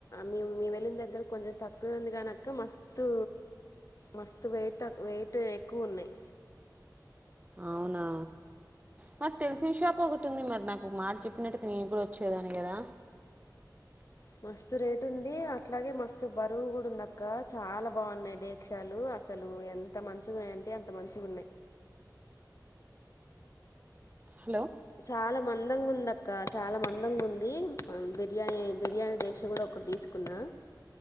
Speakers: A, on the left; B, on the right.
A: మేము మేమ్ ఏళ్ళిదగ్గర కొంజెం తక్కువే ఉంది గనిక్క మస్తు మస్తుత్ వెయిట్ త వెయిట్ ఎక్కువున్నాయి.
B: అవునా మరి తెల్సిన షాప్ ఒకటి ఉంది మరి నాగో మాట జెప్పినటైతే నేను గూడా ఓచ్చేదాని గదా
A: మస్తు రేటుంది అట్లాగే మస్తు బరువు గూడ ఉందక్క చాలా బాగున్నాయి డేక్షాలు అసలు ఎంత మంచిగున్నాయంటే అంత మంచిగున్నాయి.
B: హలో
A: చాలా మందంగుంది అక్క చాలా మందంగుంది అ బిర్యానీ బిర్యానీ డేక్ష గోడా ఒక దిస్కున్న